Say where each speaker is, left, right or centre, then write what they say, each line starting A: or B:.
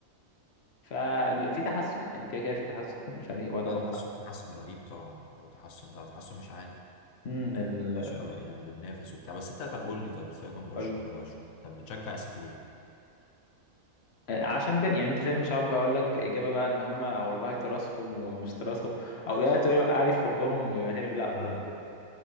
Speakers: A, on the left (about 55°); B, on the left (about 75°).
A: ففي تحسن يعني كده كده في تحسن الفريق وضعه
B: لا تحسن تحسن رهيب طبعا اه تحسن لا تحسن مش عادي
A: امم ال...
B: مش بقينا بننافس وبتاع بس انت طب قول لي طب سيبك من برشلونه
A: قول-
B: بقى شو طب بتشجع السيتي ليه؟
A: عشان ب... يعني انت فاهم مش عارف بقول لك اجابه بقى ان هم والله تراثهم ومش تراثهم او يا تقول- يعني في حبهم وهرب لا
B: اه
A: هو بيب